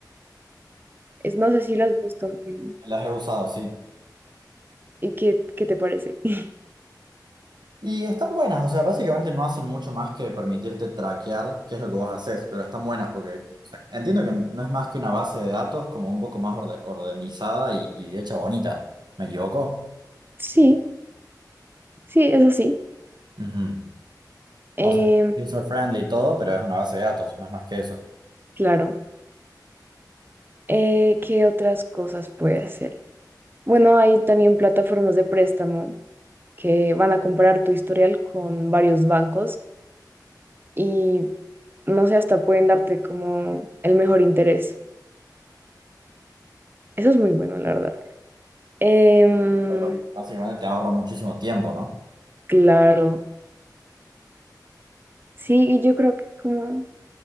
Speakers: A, on the right (about 30°); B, on the right (about 80°).
A: Es, no sé si las has visto mm,
B: Las he usado, sí.
A: y qué, qué te parece. <laughs>
B: Y están buenas, o sea, básicamente no hacen mucho más que permitirte traquear qué es lo que vos haces, pero están buenas porque o sea, entiendo que no es más que una base de datos como un poco más orde- ordenizada y, y hecha bonita, ¿me equivoco?
A: Sí, sí, es así.
B: Ujú.
A: Em,
B: O sea, user friendly y todo, pero es una base de datos, no es más que eso.
A: claro. Eh, ¿qué otras cosas puede hacer? Bueno, hay también plataformas de préstamo que van a comparar tu historial con varios bancos y no sé, hasta pueden darte como el mejor interés. Eso es muy bueno, la verdad. Em,
B: Está bueno. Básicamente te ahorra muchísimo tiempo, ¿no?
A: claro, sí, y yo creo que como